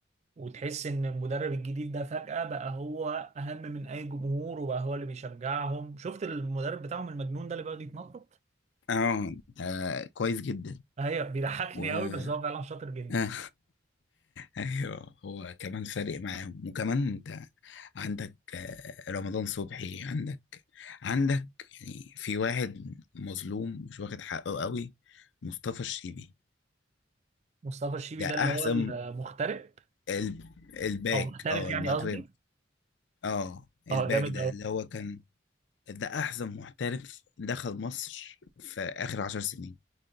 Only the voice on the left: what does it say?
آه ده كويس جدا
و
<laughs>
آه. ايوه هو كمان فارق معاهم وكمان انت عندك آه، رمضان صبحي عندك عندك يعني في واحد مظلوم مش واخد حقه قوي مصطفى الشيبي
ده
احسن
الب... الباك
اه
المغرب
اه الباك
ده اللي هو كان ده احسن محترف دخل مصر في اخر عشر سنين